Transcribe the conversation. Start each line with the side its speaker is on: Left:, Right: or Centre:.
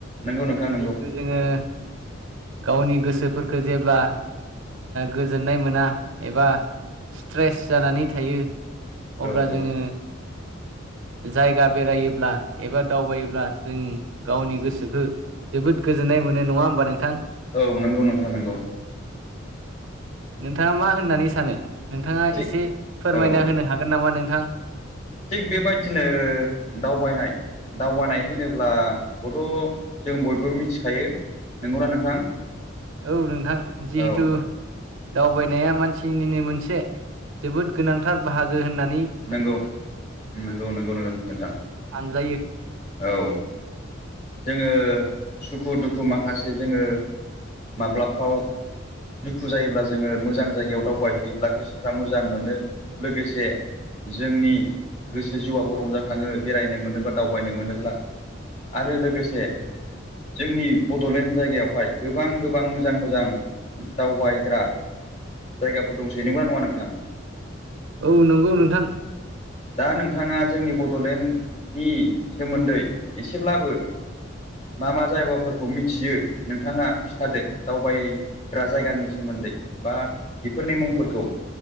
Left: नंगौ नोंथां नंगौ
Right: जोङो गावनि गोसोफोरखौ जेब्ला गोजोननाय मोना एबा स्ट्रेस जानानै थायो
Left: औ
Right: अब्ला
Left: औ
Right: जोङो जायगा बेरायोब्ला एबा दावबायोब्ला जों गावनि गोसोखो जोबोद गोजोननाय मोनो नङा होमबा नोंथां?
Left: औ नंगौ नोंथां नंगौ।
Right: नोंथाङा मा होननानै सानो? नोंथाङा
Left: थिग
Right: एसे फोरमायना
Left: औ
Right: होनो हागोन नामा नोंथां?
Left: थिग बेबायदिनो दावबायनाय दावगानाय होनोब्लाबोथ' जों बयबो मिथिखायो। नंगौना नोंथां?
Right: औ नोंथां जिहेथु
Left: औ
Right: दावबायनाया मानसिनिनो मोनसे जोबोद गोनांथार बाहागो होननानै
Left: नंगौ। नंगौ नंगौ नोंगौ नोंथां
Right: सानजायो
Left: औ। जोङो सुखु दुखु माखासे जोङो माब्लाफ्राव दुखु जायोब्ला जोङो मोजां जायगायाव दावबायहैयोब्ला गोसोफ्रा मोजां मोनो। लोगोसे जोंनि गोसो जिउआबो रंजााखाङो। बेरायनो मोनोब्ला दावबायनो मोनोब्ला आरो लोगोसे जोंनि बड'लेण्ड जायगायावहाय गोबां गोबां मोजां मोजां दावबायग्रा जायगाफोर दंसै नंगौ ना नङा नोंथां?
Right: औ नंगौ नोंथां।
Left: दा नोंथाङा जोंनि बड'लेण्ड नि सोमोन्दै सेब्लाबो ‌ मा मा जायाबाफोरखौ मिथियो नोंथाङा खिथादो दावबाय ग्रा जायगानि सोमोन्दै बा बेफोरनि मुंफोरखौ